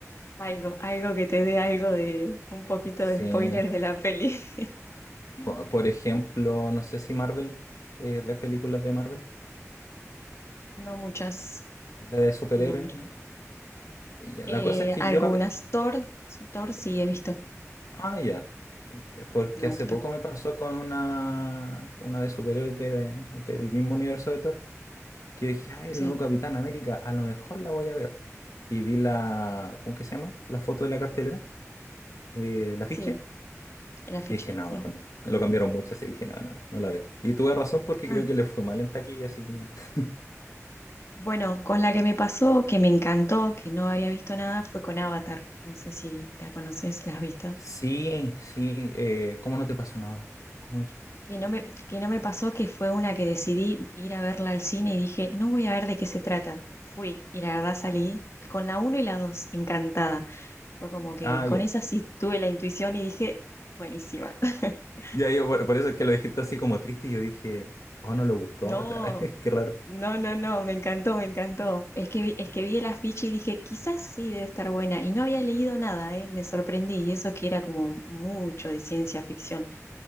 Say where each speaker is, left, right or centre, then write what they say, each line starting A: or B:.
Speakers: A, on the left; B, on the left.
A: Algo, algo que te dé algo de un poquito
B: Sí,
A: de spoiler de la peli. <laughs>
B: po- por ejemplo, no sé si Marvel, eh, ¿ves películas de Marvel?
A: No muchas,
B: De superhéroes,
A: no muchas.
B: ¿no? Y ya,
A: Eh,
B: La cosa es que
A: algunas.
B: yo
A: Thor, Thor sí he visto,
B: Ah, ya. Eh, Porque
A: me gusta.
B: hace poco me pasó con una, una de superhéroes de- del mismo universo de Thor, que dije, ay,
A: Sí,
B: el nuevo Capitán América, a lo mejor la voy a ver. Y vi la, ¿cómo que se llama? La foto de la cartelera, eh, la afiche,
A: sí, el afiche,
B: y dije, no,
A: sí.
B: mejor no. Lo cambiaron mucho, así que dije, no, no, no, no la veo. Y tuve razón porque
A: Ah,
B: creo que le fue mal en taquilla, así que... <laughs>
A: bueno, con la que me pasó, que me encantó, que no había visto nada, fue con Avatar. No sé si la conoces, ¿la has visto?
B: Sí, sí, eh, ¿cómo no te pasó nada? ¿Cómo eso?
A: Que no me, que no me pasó que fue una que decidí ir a verla al cine y dije, no voy a ver de qué se trata. Fui y la verdad salí con la uno y la 2 encantada. Fue como que
B: Ah,
A: con
B: ya.
A: esa sí tuve la intuición y dije, buenísima. <laughs>
B: Ya, yo por, por eso es que lo dijiste así como triste y yo dije, oh, no le gustó
A: No,
B: Avatar, <laughs> qué raro.
A: no, no, no, me encantó, me encantó. Es que vi, es que vi el afiche y dije, quizás sí debe estar buena. Y no había leído nada, ¿eh? Me sorprendí. Y eso que era como mucho de ciencia ficción,